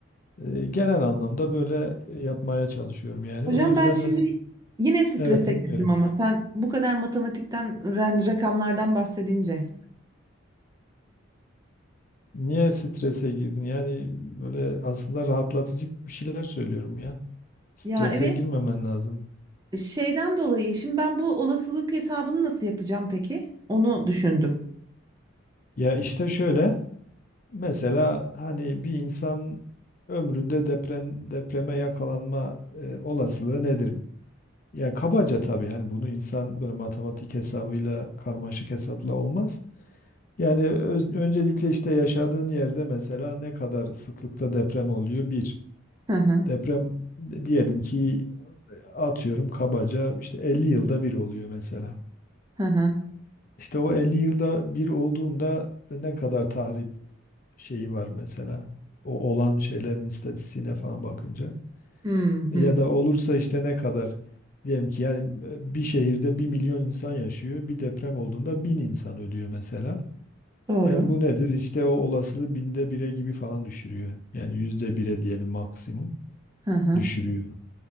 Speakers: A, on the left; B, on the right.
A: e, genel anlamda böyle yapmaya çalışıyorum yani.
B: hocam
A: O yüzden
B: ben şimdi
A: mesela
B: yine strese
A: evet dinliyorum.
B: girdim ama sen bu kadar matematikten ren- rakamlardan bahsedince.
A: Niye strese girdin? Yani böyle aslında rahatlatıcı bir şeyler söylüyorum ya. Strese
B: Ya evet
A: girmemen lazım.
B: şeyden dolayı şimdi ben bu olasılık hesabını nasıl yapacağım peki? Onu düşündüm.
A: Ya işte şöyle mesela hani bir insan ömründe deprem depreme yakalanma e, olasılığı nedir? Ya kabaca tabii hani bunu insan böyle matematik hesabıyla karmaşık hesapla olmaz. Yani öz- öncelikle işte yaşadığın yerde mesela ne kadar sıklıkta deprem oluyor? Bir.
B: Hı hı.
A: Deprem de- diyelim ki atıyorum kabaca işte 50 yılda bir oluyor mesela.
B: Hı hı.
A: İşte o 50 yılda bir olduğunda e, ne kadar tahrip şeyi var mesela. O olan şeylerin istatistiğine falan bakınca.
B: Hı
A: Ya
B: hı.
A: da olursa işte ne kadar diyelim ki yani e, bir şehirde bir milyon insan yaşıyor. Bir deprem olduğunda 1000 insan ölüyor mesela.
B: Doğru.
A: Yani bu nedir? İşte o olasılığı binde bire gibi falan düşürüyor. Yani yüzde bire diyelim maksimum
B: Hı hı.
A: düşürüyor.